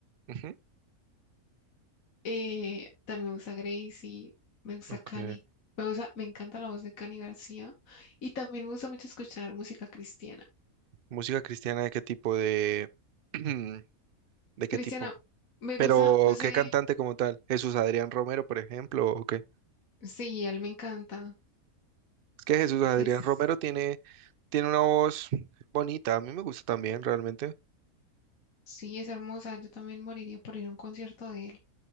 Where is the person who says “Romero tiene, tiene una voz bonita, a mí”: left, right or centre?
Right